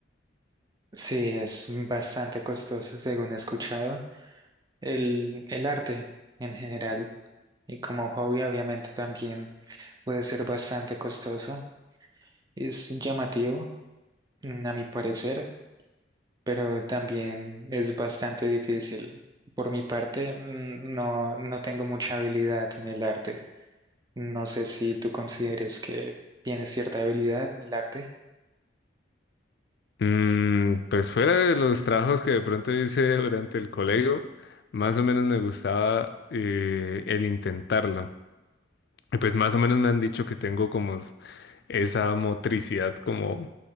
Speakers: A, on the right; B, on the left.
A: Sí, es bastante costoso, según he escuchado. El, el arte en general y como hobby obviamente también puede ser bastante costoso. Es llamativo, mm, a mi parecer, pero también es bastante difícil. Por mi parte, mm, no, no tengo mucha habilidad en el arte. No sé si tú consideres que tienes cierta habilidad en el arte.
B: Mm, pues fuera de los trabajos que de pronto hice durante el colegio, más o menos me gustaba eh, el intentarlo. Y pues más o menos me han dicho que tengo como s- esa motricidad como